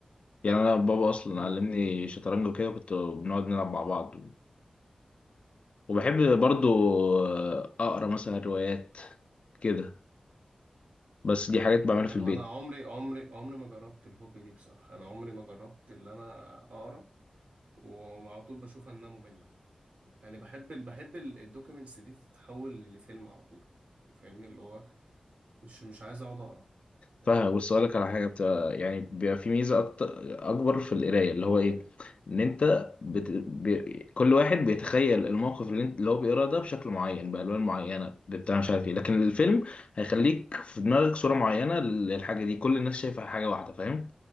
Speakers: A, on the left (about 55°); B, on the right (about 80°).
A: يعني انا بابا اصلا
B: مم.
A: علمني شطرنج وكده كنت بنقعد نلعب مع بعض وبحب برضه آه، اقرا مثلا روايات كده بس دي حاجات بعملها
B: حلو
A: في البيت
B: انا عمري عمري عمري ما جربت الهوبي دي بصراحه انا عمري ما جربت اللي انا اقرا و- وعلى طول بشوفها انها ممله يعني بحب ال- بحب الدوكيومنتس دي تتحول لفيلم على طول فاهمني اللي هو مش مش عايز اقعد اقرا يعني
A: فاهم بص اقول لك على حاجه بتبقى يعني بيبقى في ميزه أكتر اكبر في القرايه اللي هو ايه ان انت بت... بي... كل واحد بيتخيل الموقف اللي, انت... اللي هو بيقراه ده بشكل معين بالوان معينه بتاع مش عارف ايه لكن الفيلم هيخليك في دماغك صوره معينه للحاجه دي كل الناس شايفه حاجه واحده فاهم